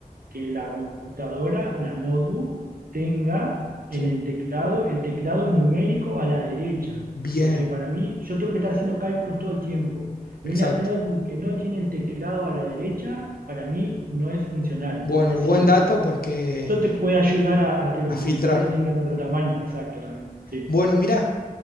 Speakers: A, on the right; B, on the left.
A: que la computadora, la notebook, tenga en
B: sí.
A: el teclado el teclado numérico a la derecha,
B: Bien,
A: porque para mí yo tengo que estar haciendo cálculos todo el tiempo.
B: exacto.
A: Y una notebook que no tiene el teclado a la derecha, para mí no es funcional,
B: Bueno,
A: no me
B: buen
A: sirve.
B: dato porque
A: Eso te puede ayudar a, a que los
B: a filtrar.
A: monitores tengan otro tamaño, exacto también. Sí,
B: Bueno, mirá,